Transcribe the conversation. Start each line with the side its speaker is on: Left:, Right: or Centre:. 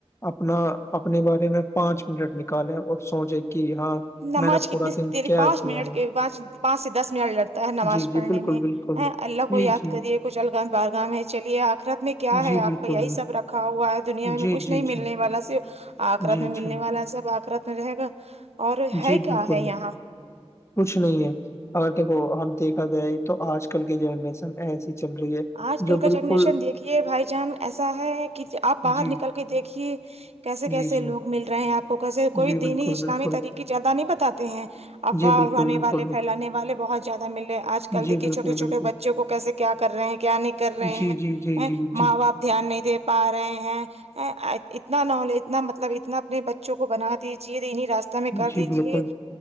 Left: اپنا اپنے بارے میں پانچ منٹ نکالے اور سوچے کہ ہاں
Right: نماز
Left: میں نے
Right: کتنی
Left: پورا دن
Right: تری
Left: کیا
Right: پانچ
Left: کیا
Right: منٹ
Left: ہے
Right: کے پانچ سے دس منٹ لگتا ہے نماز
Left: جی جی
Right: پڑھنے
Left: بالکل
Right: میں
Left: بالکل
Right: ہاں اللہ کو
Left: جی
Right: یاد
Left: جی
Right: کریے کچھ الگم بارگاہ میں چلیے آخرت میں کیا ہے
Left: جی
Right: آپ
Left: بالکل
Right: کا یہی سب رکھ رکھا ہوا ہے دنیا
Left: جی
Right: میں کچھ
Left: جی
Right: نہیں ملنے
Left: جی
Right: والا سے آخرت
Left: جی
Right: میں ملنے
Left: جی
Right: والا سب آخرت میں رہے گا اور ہے
Left: جی
Right: کیا
Left: بالکل
Right: ہے یہاں
Left: کچھ نہیں ہے اگر دیکھو اب دیکھا جائے تو آج کل کی جنریشن ایسی چل رہی ہے
Right: آج کل
Left: جو
Right: کا
Left: بالکل
Right: جنریشن دیکھیے بھائی جان ایسا ہے کہ آپ باہر
Left: جی
Right: نکل کے دیکھیے کیسے کیسے
Left: جی جی
Right: لوگ مل رہے ہیں آپ کو کیسے کوئی
Left: جی بالکل
Right: دینی اسلامی
Left: بالکل
Right: طریقی زیادہ نہیں بتاتے ہیں افواہ
Left: جی بالکل
Right: اڑانے
Left: بالکل
Right: والے پھیلانے والے بہت زیادہ مل رہے آج کل
Left: جی
Right: دیکھیے
Left: بالکل
Right: چھوٹے چھوے
Left: بالکل
Right: بچوں کو کیسے کیا کر رہے ہیں کیا نہیں کر رہے
Left: جی جی جی
Right: ہیں
Left: جی جی
Right: ماں باپ دھیان نہیں دے پا رہے ہیں اے اتنا نالیج نا مطلب اتنا اپنے بچوں کو بنا دیجیے انہیں راستے ہمیں کر
Left: جی
Right: دیجیے
Left: بالکل